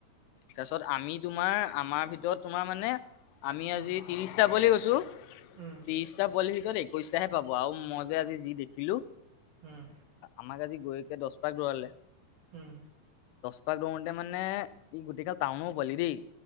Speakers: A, on the left; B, on the right.
A: তাৰছত আমি তোমাৰ আমাৰ ভিতৰত তোমাৰ মানে আমি আজি
B: উম
A: ত্ৰিছটা বুলি কৈছোঁ
B: উম
A: ত্ৰিশটা পোৱালিৰ ভিতৰত একৈশটাহে পাব আৰু মই যে আজি যি দেখিলো
B: উম
A: আমাক আজি দচ পাক ঘূৰালে
B: উম
A: পাক ঘূৰোতে মানে ই গোটেইকাল টাউনো পোৱালি দেই